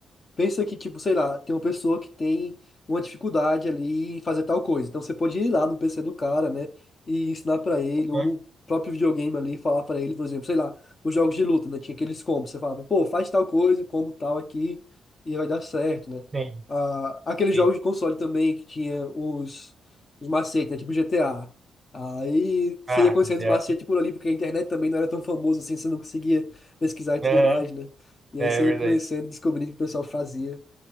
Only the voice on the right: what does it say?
Aham,
Sim,
sim.
Ah,
já.
Aham,
É
verdade.